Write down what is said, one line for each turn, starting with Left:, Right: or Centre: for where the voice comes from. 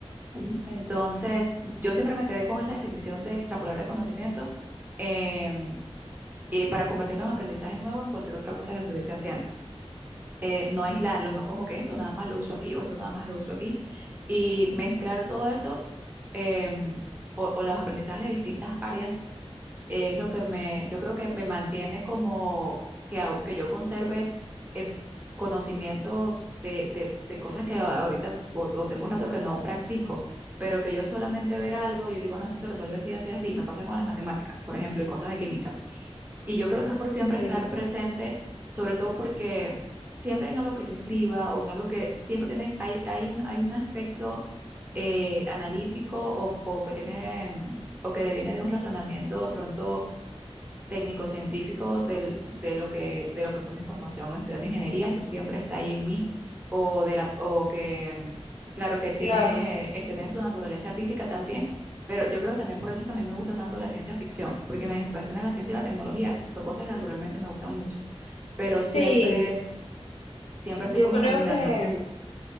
Right: <clears throat> Entonces, yo siempre me quedé con esa definición de extrapolar el conocimiento eh, eh, para convertirlo en aprendizaje nuevo en cualquier otra cosa que estuviese haciendo eh, no aislarlo, no como que esto nada más lo uso aquí o esto nada más lo uso aquí, y mezclar todo eso eh, o, o los aprendizajes de distintas áreas es lo que me, yo creo que me mantiene como que, au- que yo conserve eh, conocimientos de, de, de cosas que a- ahorita o, o tengo rato que no practico. Pero que yo solamente ver algo, yo digo, no, esto se resuelve así, así, así. Me pasa con las matemáticas, por ejemplo, y cosas de química y yo creo que es por siempre
Left: Sí,
Right: estar presente, sobre todo porque siempre en algo que yo escriba o en algo que siempre tiene, hay, hay un, hay un aspecto eh, analítico o, o que tiene, mm, o que deviene de un razonamiento de pronto técnico-científico del- de lo que, de lo que fue mi formación estudiando ingeniería, eso siempre está ahí en mí, o, de la, o que, mm, claro, que tiene,
Left: claro.
Right: este, tiene su naturaleza artística también, pero yo creo que también por eso es que a mí me gusta tanto la ciencia ficción, porque me apasiona la ciencia y la tecnología, son cosas que naturalmente me gustan mucho, pero siempre,
Left: Sí,
Right: siempre estoy
Left: yo
Right: como
Left: creo
Right: combinando
Left: que,